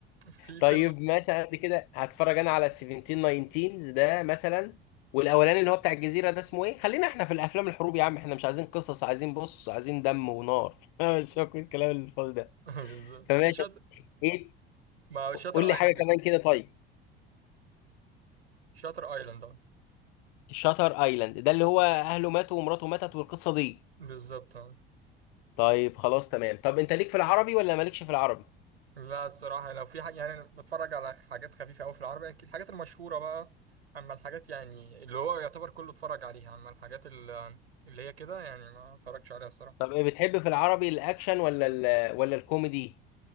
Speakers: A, on the right; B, on the left.
A: في فيلم
B: طيب ماشي على قد كده هتفرج انا على 17 19 ده مثلا والاولاني اللي هو بتاع الجزيره ده اسمه ايه خلينا احنا في الافلام الحروب يا عم احنا مش عايزين قصص عايزين بص عايزين دم ونار <laughs> بس هو كل الكلام الفاضي ده
A: <laughs> بالظبط
B: فماشي
A: في شاطر
B: ايه
A: ما شاتر
B: قول لي
A: ايلاند
B: حاجه كمان
A: الأول.
B: كده طيب
A: شاتر ايلاند اه
B: شاتر ايلاند ده اللي هو اهله ماتوا ومراته ماتت والقصه دي
A: بالظبط اه
B: طيب خلاص تمام طب انت ليك في العربي ولا مالكش في العربي
A: لا الصراحه لو في حاجه يعني انا بتفرج على حاجات خفيفه قوي في العربي أكيد الحاجات المشهوره بقى اما الحاجات يعني اللي هو يعتبر كله اتفرج عليها اما الحاجات ال- اللي هي كده يعني ما اتفرجش عليها الصراحه
B: طب ايه بتحب في العربي الاكشن ولا ال ولا الكوميدي